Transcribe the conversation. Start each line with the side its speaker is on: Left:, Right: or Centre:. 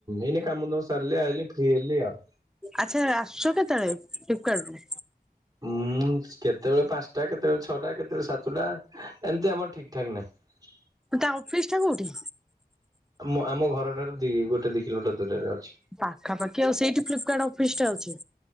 Right: ଏଇନେ କାମଦାମ ସାରିଲି ଆଇଲି ଫ୍ରି ହେଲି ଆଉ।
Centre: ଆଛା ଆସୁଛ କେତେବେଳେ ଫ୍ଲିପକାଡରୁ।
Right: ମୁଁ କେତେବେଳେ ପାଞ୍ଚଟା କେତେବେଳେ ଛଅଟା କେତେବେଳେ ସାତଟା ଏମିତି ଆମର ଠିକ ଠାକ୍ ନାହିଁ।
Centre: ତା ଅଫିସ୍ ଟା କୋଉଠି?
Right: ମୁଁ ଆମ ଘର ଠାରୁ ଦି ଗୋଟେ ଦି କିଲୋମିଟର ଦୂରରେ। ଅଛି
Centre: ପାଖାପାଖି ଆଉ ସେଇଠି ଫ୍ଲିପକାର୍ଟ ଅଫିସ ଟା ଅଛି